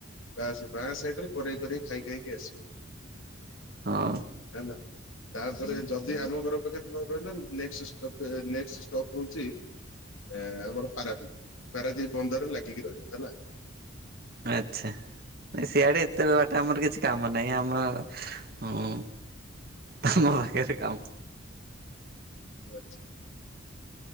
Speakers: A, on the left (about 80°); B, on the right (about 50°).
A: ବାଁ ବାଁ ସାଇଡ ରେ କରେଇ କରେଇ ଖାଇ ଖାଇକି ଆସିବ।
B: ହଁ।
A: ହେଲା। ତାପରେ ଯଦି ଆମ ଘର ପାଖରେ ନରହିଲ ତାପରେ ନେକଷ୍ଟ ନେକଷ୍ଟ ଷ୍ଟପ ହଉଛି ଏ ଆମର ପାରାଦୀପ ପାରାଦୀପ ବନ୍ଦରରେ ଲାଗିକି ରହିବ ହେଲା।
B: ଆଚ୍ଛା ନାଁ ସିଆଡେ ଏତେ ବା ଆମର କିଛି କାମ ନାହିଁ ଆମ ହଁ ତମ ପାଖରେ କାମ।
A: ଆଚ୍ଛା।